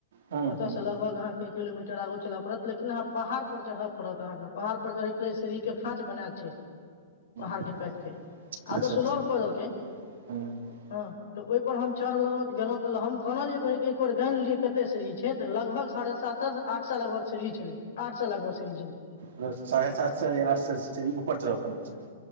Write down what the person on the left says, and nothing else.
ओतयसँ
लगभग अहाँके किलोमीटर आगू चलय पड़त लेकिन अह पहाड़ पर चढ़ पड़तहाँके पहाड़ पर प सीढ़ी के खाच बनायल छै पहाड़
के काट के आ
तऽ सुलभ
को देलके
हँ तऽ ओहिपर हम चढ़लहुँ गेलहुँ तऽ हम गान लियै कहै एक बेर गानि लेलियै कतेक सीढ़ी छै तऽ लगभग साढ़े सात सए आठ सए लगभग सीढ़ी छलै आठ सए लगभग सीढ़ी छलै